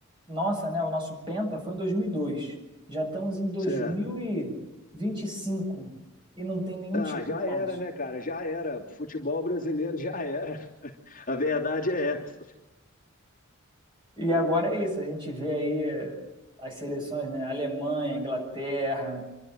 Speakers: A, on the right; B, on the left.
A: nossa, né? O nosso Penta foi em dois mil e dois Já estamos em dois
B: Certo.
A: mil e vinte e e cinco e não tem nenhum
B: Ah,
A: título
B: já
A: mais.
B: era, né, cara? Já era. Futebol brasileiro já era. <laughs> A verdade é essa.
A: E agora é isso, a gente vê aí eh, as seleções, né? Alemanha, Inglaterra,